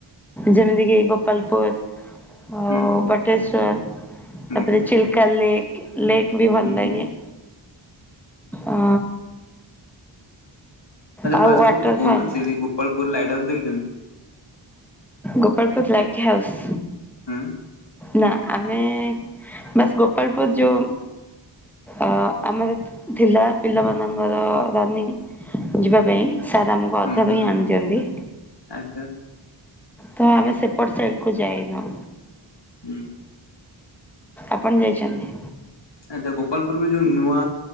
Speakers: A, in the centre; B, on the left.
A: ଯେମିତିକି ଗୋପାଳପୁର ଆଉ
B: ହୁଁ
A: ବଟେଶ୍ୱର।
B: ହୁଁ
A: ତାପରେ
B: ହୁଁ
A: ଚିଲକା ଲେକ୍, ଲେକ୍ ବି ଭଲ
B: ହୁଁ
A: ଲାଗେ।
B: ହୁଁ
A: ଅ
B: ଆଚ୍ଛା
A: ଆଉ
B: ଫାଷ୍ଟେ
A: ୱାଟରଫଲ୍
B: କୁହନ୍ତୁ ଗୋପାଳପୁର ଲାଇଟ୍ ହାଉସ ଦେଖିଛନ୍ତି?
A: Gopalpur light house.
B: ହୁଁ।
A: ନା ଆମେ ବସ ଗୋପାଳପୁର ଯୋଉ ଅ ଆମର ଥିଲା ପିଲାମାନଙ୍କର ରନିଂ ଯିବା ପାଇଁ ସାର୍ ଆମକୁ ଅଧା
B: ହୁଁ ହୁଁ
A: ହିଁ ଆଣି ଦିଅନ୍ତି।
B: ଆଚ୍ଛା
A: ତ ଆମେ ସେପଟ ସାଇଡ କୁ ଯାଇନୁ।
B: ହୁଁ।
A: ଆପଣ ଯାଇଛନ୍ତି?
B: ଆଚ୍ଛା ଗୋପାଳପୁରରେ ଯୋଉ ନୂଆ